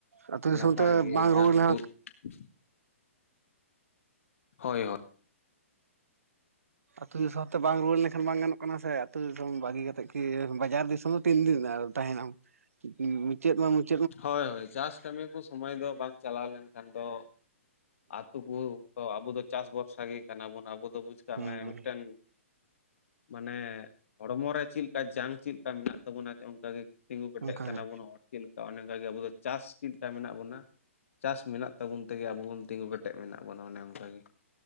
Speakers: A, on the right; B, on the left.
A: ᱟᱛᱳ
B: ᱱᱟᱯᱟᱭ
A: ᱫᱤᱥᱚᱢᱛᱮ
B: ᱜᱮ
A: ᱵᱟᱝ
B: ᱮᱠᱡᱟᱢ
A: ᱨᱩᱣᱟᱹᱲ
B: ᱠᱚ
A: <inaudible>
B: <inaudible> ᱦᱳᱭ ᱦᱳ <inaudible>
A: ᱟᱛᱳ ᱫᱤᱥᱚᱢ ᱛᱮ ᱵᱟᱝ ᱨᱩᱣᱟᱹᱲ ᱞᱮᱱᱠᱷᱟᱱ ᱵᱟᱝ ᱜᱟᱱᱚᱜ ᱠᱟᱱᱟ ᱥᱮ ᱟᱹᱛᱩ ᱫᱤᱥᱚᱢ ᱵᱟᱹᱜᱤ ᱠᱟᱛᱮ ᱠᱤ ᱵᱟᱡᱟᱨ ᱫᱤᱥ <inaudible> ᱟᱫᱚ ᱛᱤᱱ ᱫᱤᱱ ᱟᱫᱚ <inaudible> ᱛᱟᱦᱮᱱᱟᱢ ᱢᱩᱪᱟᱹᱫ ᱢᱟ ᱢᱩ <inaudible>
B: ᱦᱳᱭ ᱦᱳᱭ ᱪᱟᱥ ᱠᱟᱹᱢᱤ ᱠᱚ ᱥᱩᱢᱚᱭ ᱫᱚ ᱵᱟᱝ ᱪᱟᱞᱟᱣ ᱞᱮᱱ ᱠᱷᱟᱱ ᱫᱚ, ᱟᱹᱛᱩ ᱦᱚᱲ ᱠᱚ ᱛᱚ ᱟᱵᱚ ᱫᱚ ᱪᱟᱥ ᱵᱚᱨᱥᱟ ᱜᱮ ᱠᱟᱱᱟ ᱵᱚᱱ ᱟᱵᱚ ᱫᱚ ᱵᱩᱡᱽ ᱠᱟᱜ
A: ᱦᱮᱸ
B: ᱢᱮ ᱢᱤᱫᱴᱟᱹᱝ, ᱢᱟᱱᱮ ᱦᱚᱲᱢᱚ ᱨᱮ ᱪᱮᱫ ᱞᱮᱠᱟ ᱡᱟᱝ ᱪᱮᱫ ᱞᱮᱠᱟ ᱢᱮᱱᱟᱜ ᱛᱟᱵᱚᱱᱟ ᱚᱱᱠᱟᱜᱮ ᱛᱤᱸᱜᱩ ᱠᱮᱴᱮᱜ
A: ᱚᱱᱠᱟ
B: ᱠᱟᱱᱟ
A: ᱜᱮ
B: ᱵᱩᱱ ᱦᱚᱲ <inaudible> ᱪᱤᱫ ᱞᱮᱠᱟ ᱚᱱᱮ ᱚᱱᱠᱟᱜᱮ ᱟᱵᱚ ᱫᱚ ᱪᱟᱥ ᱪᱮᱫ ᱞᱮᱠᱟ ᱢᱮᱱᱟᱜ ᱵᱚᱱᱟ ᱪᱟᱥ ᱢᱮᱱᱟᱜ ᱛᱟᱵᱚᱱ ᱛᱮᱜᱮ ᱟᱵᱚ ᱵᱚᱱ ᱛᱤᱸᱜᱩ ᱠᱮᱴᱮᱜ <inaudible> ᱠᱮᱴᱮᱫ <inaudible> ᱢᱮᱱᱟᱜ ᱵᱚᱱᱟ ᱚᱱᱮ ᱚᱱᱠᱟᱜᱮ